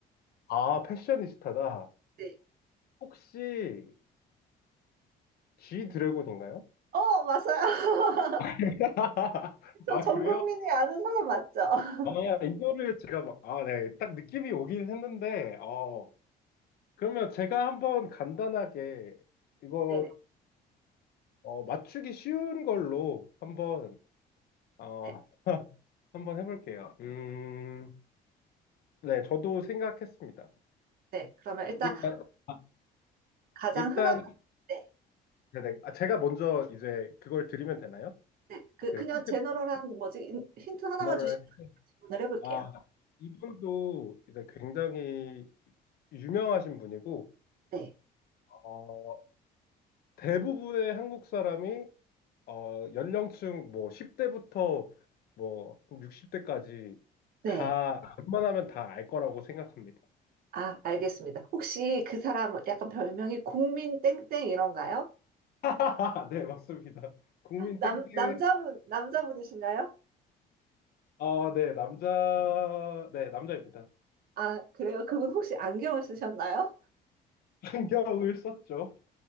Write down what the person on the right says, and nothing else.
네.
어, 맞아요. <laughs>
저
전
국민이 아는 사람 맞죠?
<laughs>
네네.
네.
네. 그러면 일단
가장
흔한, 네.
네. 그,
그냥
제너럴한
뭐지, 힌트 하나만
주시면 질문을 해볼게요.
네.
네.
아, 알겠습니다. 혹시 그 사람 약간 별명이 국민 땡땡 이런가요?
남,
남자분, 남자분이신가요?
아, 그래요? 그분 혹시 안경을 쓰셨나요?